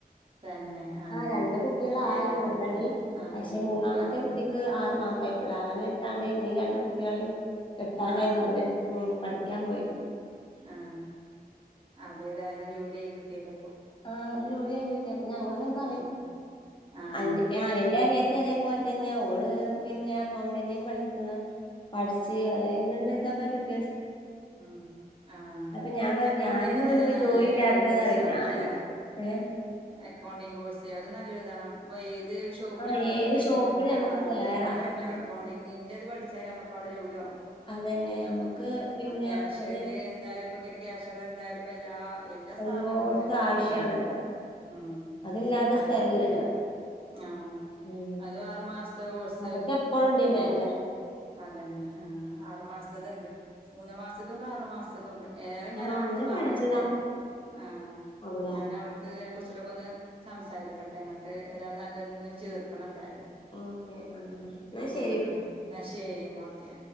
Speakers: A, on the right; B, on the left.
A: തന്നെ ആഹ്
B: ആ രണ്ട് കുട്ടികള ആായിരുന്നു
A: ഏതായാലും
B: ഓൾറെഡി
A: ആഹ്
B: പക്ഷെ മൂന്നാമത്തെ
A: ആഹ്
B: കുട്ടിക്ക് ആ മാസായിട്ടുള്ള അവന് കിട്ടാണ്ടന്ന് ഈ രണ്ട് കുട്ടികളെയും കിട്ടാണ്ടന്ന്
A: ആഹ്
B: അവഠ കം പോയരുന്നു
A: ആ അതേഏതായാലും ജോലി ആയി കിട്ടിയല
B: ആഅത് ജോലിയ ആയി കിട്ടിയ അപ്പ ഞങ്ങിങ്ങനെ പറയും
A: ആഹ് ആഹ്
B: ആ എന്റെ അനിയത്തി അതേ അതുപോലെ തന്നെ അവഓള് പിന്നെ അക്കൗണ്ടന്റിന് പഠിക്കുന്ന പഠി അത്െ ഇന്തൊക്കെി
A: ഉ ആ
B: അപ്പൊ ഞാൻ പറഞ്ഞു
A: അക്കൗണ്ടിങ്ങും
B: ഞാനന്നെ ഉള്ളു
A: തന്നെ
B: ഇപ്പൊ
A: നല്ലൊരു
B: ജോലി ഇല്ലാത്തത്
A: കോഴ്സ
B: പറയും
A: ആണ്
B: ഞാന്
A: അല്ലെ
B: ഏ
A: അക്കൗണ്ടിംഗ കോഴ്സ് അത് നല്ലൊതാണ് നമുക്കിപ്പിയി ഇത് ഷോപ്പിലാണെന്നുണ്ടെങ്കിലും
B: ആ ഏത് ഷോപ്പിൽ
A: കേറാലോ
B: നമുക്ക് കേറാം
A: എവിടെേെങ്കിലും
B: ആ
A: എക്കൗണ്ടിന്റെറത് പഠിച്ചാലും നമുക്ക് അവിടെ ജോലി പറഞ്ഞു
B: അതന്നെ നമ്മക്ക് പിന്നെ
A: ക്യാഷ്ല്
B: അത്
A: എന്തായാലും ഇപ്പൊ ക്യാഷർ എന്തായാലും ഇ എല്ലാ എല്ലാ സ്ഥാപനത്തിലും
B: എല്ലോടത്തും ആവശ്യാണല്ലോ
A: വേണ്ടി വരും ഉം
B: അതില്ലാതെ
A: അത
B: സ്ഥലല്ലല്ലോ
A: നല്ലരു ആ
B: ഉം
A: അത് ആറു മാസത്തെ കോഴ്സ്
B: അതൊക്കെ എപ്പോഴും ഡിമാൻഡാ
A: ഉണ്ട് അതന്നെ ആ ആറു മാസത്തത് ഇണ്ട് മാസണ്ട് അറു മാസത്ത കൊണ്ട് ഏതായാലും ഞൻ
B: ആ
A: അവിടെ
B: അങ്ങനെ
A: അടുത്ത് പറയട്ടെ
B: പഠിച്ചതാ
A: ആ
B: അവള്
A: ഞാൻ അവവിളടുത്തെ ഇതിനെ കുറിച്ചിട്ടൊക്കെ ഒന്ന് സംസാരിക്കട്ടെ കുട്ടങ്ങോട്ട്ഏതായാല നല്ലൊന്ന ചേർക്കണം എന്തായ
B: ഓക്കെ ആ എന്നാ ശരി
A: ആ എന്നാ ശരി എന്ന ഓക്കെ